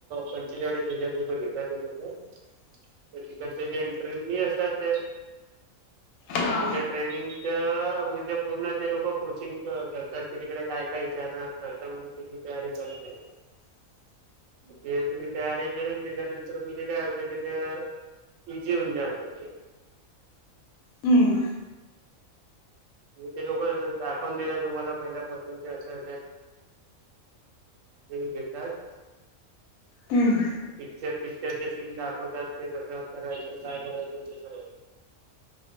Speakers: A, on the right (about 75°); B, on the left (about 80°).
A: पंचेचाळीस हजार घेेतातय तसं
B: ह
A: तिकडचे जे इंटरव्ह्यू नाही असतात ते
B: हा
A: तिच्या ट्रेनिंगच म्हणजे पूर्ण ते लोक कोचिंग करतात क तिकडे काय काय विचारणार कची तयारी चालू आहे का
B: ह
A: <unintelligible> ते तुम्ही तयारी केली त्याच्यानंतर मग ते काय होते कि ते जेवण द्यायचं
B: हम्म
A: ते लोक दाखवून देतात तुम्हाला पहिल्यापासून असं आहे स घेतात <unintelligible>
B: हम्म
A: पिक्चर पिक्चरचे सीन दाखवतात ते कसं करायचं काय करायचं ते सर्व